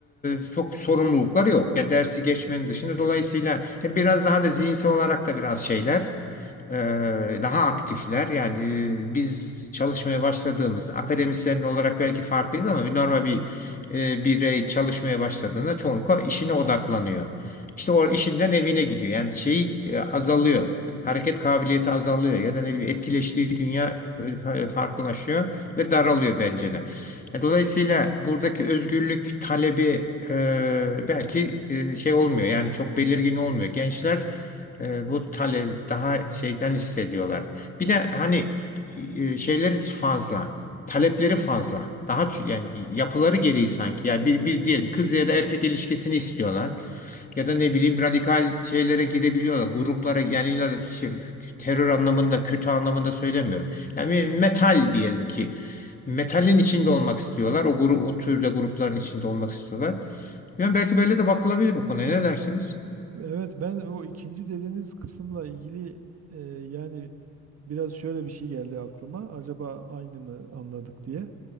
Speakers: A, on the left; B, on the right.
A: e, çok sorumlulukları yok. Yani dersi geçmenin dışında dolayısıyla e, biraz daha da zihinsel olarak da biraz şeyler e, daha aktifler. Yani e, biz çalışmaya başladığımızda akademisyen olarak belki farklıyız ama bir normal bir e, birey çalışmaya başladığında çoğunlukla işine odaklanıyor. İşte o işinden evine gidiyor. Yani şey e, azalıyor. Hareket kabiliyeti azalıyor ya da ne bileyim etkileştiği dünya e, fa- e, farklılaşıyor ve daralıyor bence de. E, Dolayısıyla buradaki özgürlük talebi e, belki e, şey olmuyor yani çok belirgin olmuyor. Gençler e, bu talebi daha şeyden hissediyorlar. Bir de hani e, şeyleri fazla. Talepleri fazla. Daha ç- yani yapıları gereği sanki. Yani bir, bir diyelim kız ya da erkek ilişkisini istiyorlar. Ya da ne bileyim radikal şeylere girebiliyorlar. Gruplara yani illa da şey, terör anlamında kötü anlamında söylemiyorum. Yani metal diyelim ki metalin içinde olmak istiyorlar. O grup o türde grupların içinde olmak istiyorlar. Yani belki böyle de bakılabilir bu konuya. Ne dersiniz?
B: evet ben o ikinci dediğiniz kısımla ilgili e, yani biraz şöyle bir şey geldi aklıma. Acaba aynı mı anladık diye.